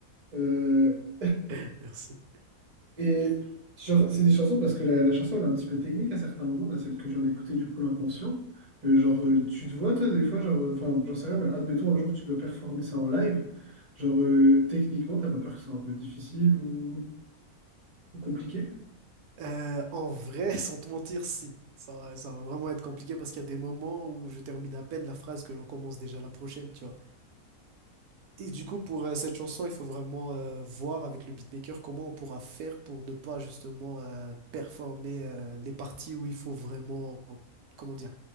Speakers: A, on the right; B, on the right.
A: Euh,
B: <laughs> Merci.
A: Et genre, c'est des chansons parce que la, la chanson elle est un petit peu technique à certains moments, là, celle que j'en écoutais du coup, l'inconscient. Euh, genre,
B: Mhm,
A: euh, tu te vois, toi, des fois, genre, euh, enfin, j'en sais rien, mais admettons un jour tu dois performer ça en live. Genre,
B: mhm.
A: euh, techniquement, t'as pas peur que ce soit un peu difficile ou, ou compliqué?
B: Euh, en vrai, <laughs> sans te mentir, si. Ça va, ça va vraiment être compliqué parce qu'il y a des moments où je termine à peine la phrase que j'en commence déjà la prochaine, tu vois. Et du coup, pour euh, cette chanson, il faut vraiment euh, voir avec le beatmaker comment on pourra faire pour ne pas justement euh, performer euh, les parties où il faut vraiment, euh, comment dire,